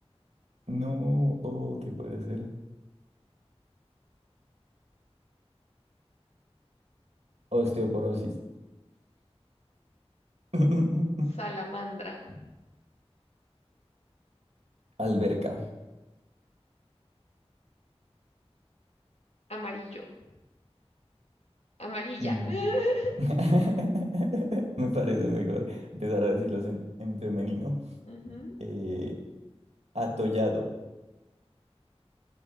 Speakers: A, on the right; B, on the left.
A: no, o ¿qué puede ser? Osteoporosis. <laughs>
B: salamandra,
A: Alberca.
B: amarillo, amarilla,
A: Mm.
B: <laughs>
A: <laughs> Me parece mejor empezar a decirlos en, en femenino.
B: Ujú,
A: Eh, atollado.